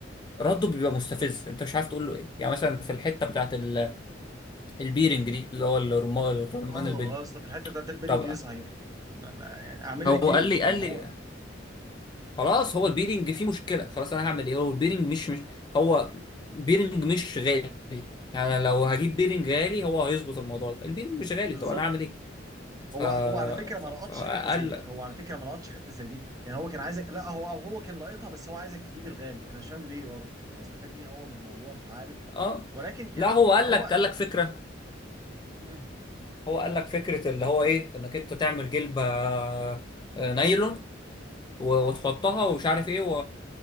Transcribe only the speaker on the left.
رده بيبقى مستفز انت مش عارف تقول له ايه يعني مثلا في الحته بتاعت ال- البيرنج دي اللي هو الرمان الرمان
البلي
طب
هو
قال لي قال
لي خلاص هو البيرنج فيه مشكله خلاص انا هعمل ايه هو البيرنج مش مش هو بيرنج مش غالي يعني لو هجيب بيرنج غالي هو هيظبط الموضوع ده البيرنج مش غالي
طب انا هعمل ايه ف...
ف...
فقال
اه
لا هو قال
لك قال لك فكره
هو قال لك فكره اللي هو ايه انك انت تعمل جلبه آه، نايلون و- وتحطها ومش عارف ايه